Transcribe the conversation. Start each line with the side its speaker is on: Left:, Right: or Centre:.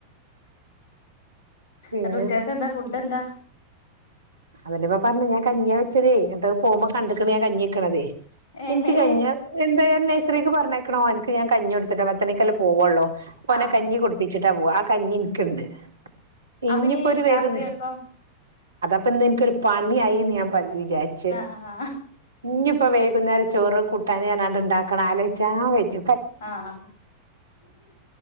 Right: പിന്നെ
Left: എന്നിട്ടുച്ചയ്ക്കെന്താ ഫുഡെന്താ
Right: അതല്ലേപ്പ പർഞ്ഞ ഞാ കഞ്ഞിയവെച്ചതേ എന്നിട്ടത് പോകുമ്പോ കണ്ടിക്കണുഞാൻ കഞ്ഞിവെക്കണതേ
Left: ഏ
Right: ഇൻക്ക്
Left: ഹേ
Right: കഞ്ഞിയാ എന്തായാലും നെയ്സറിക്ക് പറഞ്ഞയക്കണ ഓനിക്ക് ഞാൻ കഞ്ഞി കൊടുത്തിട്ടാ പത്തരക്കല്ലേ പോവുള്ളോ ഓനെ
Left: ആഹ്
Right: കഞ്ഞി കുടുപ്പിച്ചിട്ടാ പോവാ ആ കഞ്ഞി ഇനിക്ക്ണ്ട് ഇഞ്ഞി
Left: അവനി
Right: ഇപ്പോ ഒരു വെയ്കു
Left: രാത്രിയൊക്കെ
Right: അപ്പൊ ഇന്ന് എനിക്കൊരു പണിയായിന്ന് ഞാൻ പ വിചാരിച്ച
Left: ആഹ്
Right: ഇഞ്ഞിപ്പോ വെയ്കുന്നേരം ചോറും കൂട്ടാന് പറഞ്ഞാണ്ട്ണ്ടാക്കണം ആലോചിച്ചാ വച്ച
Left: ആഹ്